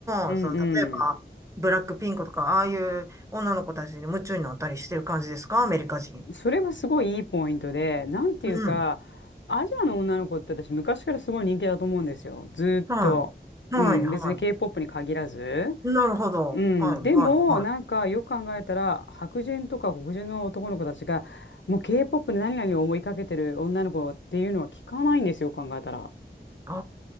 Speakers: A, on the left; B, on the right.
A: うんうん
B: も、その、例えば、ブラックピンクとか、ああいう女の子たちに夢中になったりしてる感じですかアメリカ人。
A: それはすごいいいポイントで、なんていうか、
B: うん。
A: アジアの女の子って私昔からすごい人気だと思うんですよ。ずーっと。
B: はい。はい、
A: うん、
B: は
A: 別に K-POP に限らず。
B: い。なるほど。
A: うん、
B: はい、
A: でも、
B: はい、はい。
A: なんかよく考えたら、白人とか黒人の男の子たちが、もう K-POP で何々を思いかけてる女の子っていうのは聞かないんですよ、考えたら。
B: あ